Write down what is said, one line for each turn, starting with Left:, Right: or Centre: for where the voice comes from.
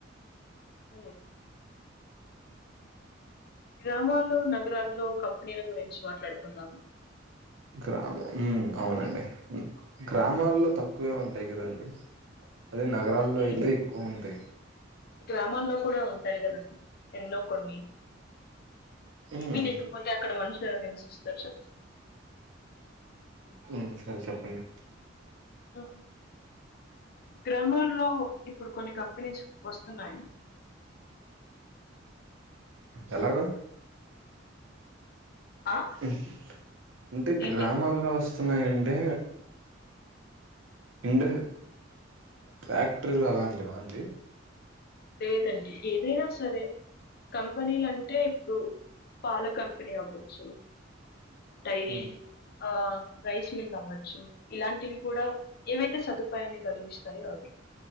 Left: అవ్ గ్రామాలు నగరాల్లో కంపెనీల గురించి మాట్లాడుకుందాం
Right: గ్రామం హు అవునండి గ్రామాల్లో తక్కువే ఉంటాయి కదండి అదే నగరాల్లో
Left: కానీ
Right: అయితే ఎక్కువ ఉంటాయి
Left: గ్రామాల్లో కూడా ఉంటాయి కదండి ఎన్నో కొన్ని
Right: మ్మ్
Left: ఏమీ లేకపోతే అక్కడ మనుష్ గా నివసిస్తారు చేప్పండి
Right: హు సరే చెప్పండి
Left: ఆ గ్రామాల్లో ఇప్పుడు కొన్ని కంపెనీస్ వస్తున్నాయి
Right: ఎలాగో
Left: ఆ
Right: హు అంటే
Left: ఏంటి
Right: గ్రామాల్లో వస్ స్తున్నాయంటే ఇండ్ ఫ్యాక్టరీలు అలాంటివా అండి
Left: లేదండి ఏదైనా సరే కంపెనీలంటే ఇప్పుడు పాల కంపెనీ అవ్వచ్చు డైరీ
Right: మ్మ్
Left: ఆ రైశిల్డ్ అవచ్చు ఇలాంటివి కూడా ఏవైతే సదుపాయాన్ని కలిగిస్తాయో అవి